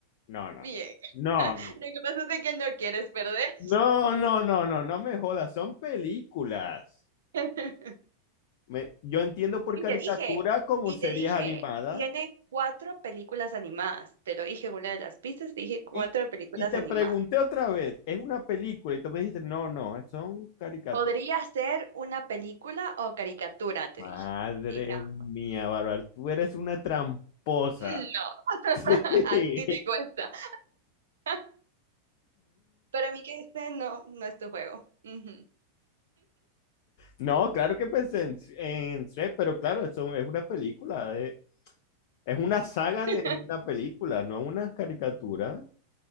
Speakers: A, on the left; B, on the right.
A: no, no.
B: Bien.
A: No,
B: <laughs> Lo
A: no.
B: que pasa es de que no quieres perder.
A: No, no, no, no, no me jodas, son películas.
B: <laughs>
A: Me- yo entiendo por
B: Y
A: caricatura
B: te dije,
A: como
B: y
A: series
B: te dije,
A: animadas.
B: tiene cuatro películas animadas. Te lo dije en una de las pistas, dije cuatro
A: Y,
B: películas
A: y te
B: animadas.
A: pregunté otra vez, ¿es una película? Y tú me dijiste, no, no, son caricaturas.
B: Podría ser una película o caricatura, te
A: Madre
B: dije. Dije, ah,
A: mía, Bárbara, tú eres una tramposa.
B: no, <laughs>
A: <laughs>
B: a ti te cuesta. <laughs> Para mí que este no, no es tu juego. Ujú.
A: No, claro que pensé en, en Shrek, pero claro, eso es una película, eh, es una saga
B: <laughs>
A: de una película, no una caricatura.